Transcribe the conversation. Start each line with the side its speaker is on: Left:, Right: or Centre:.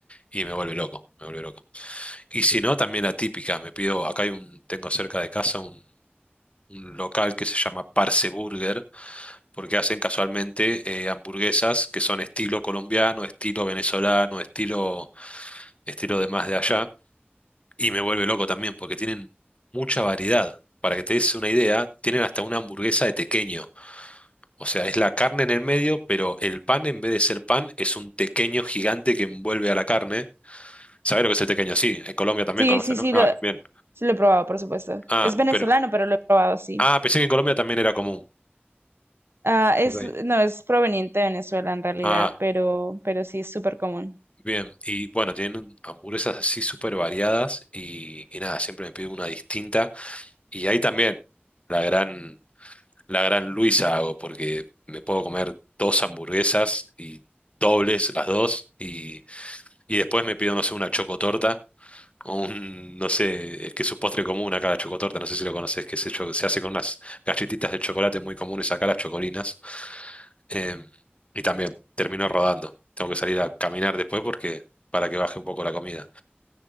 Left: y me vuelve loco, me vuelve loco. Y si no, también la típica. Me pido, acá hay un, tengo cerca de casa un, un local que se llama Parce Burger, porque hacen casualmente eh, hamburguesas que son estilo colombiano, estilo venezolano, estilo, estilo de más de allá. Y me vuelve loco también, porque tienen mucha variedad. Para que te des una idea, tienen hasta una hamburguesa de tequeño. O sea, es la carne en el medio, pero el pan, en vez de ser pan, es un tequeño gigante que envuelve a la carne. ¿Sabés lo que es el tequeño? Sí, en Colombia también
Right: Sí,
Left: conocen,
Right: sí, sí,
Left: ¿no? Ah,
Right: lo,
Left: bien.
Right: sí lo he probado, por supuesto.
Left: Ah,
Right: Es venezolano,
Left: pero
Right: pero lo he probado, sí.
Left: Ah, pensé que en Colombia también era común.
Right: Ah, es,
Left: Ok.
Right: no, es proveniente de Venezuela en realidad,
Left: Ah,
Right: pero, pero sí es súper común.
Left: bien. Y bueno, tienen hamburguesas así súper variadas y, y nada, siempre me pido una distinta. Y ahí también la gran, la gran Luisa hago porque me puedo comer dos hamburguesas y dobles las dos y, y después me pido, no sé, una chocotorta o un, no sé, es que es su postre común acá, la chocotorta, no sé si lo conoces, que se, cho- se hace con unas galletitas de chocolate muy comunes acá, las chocolinas. Em, y también termino rodando. Tengo que salir a caminar después porque para que baje un poco la comida.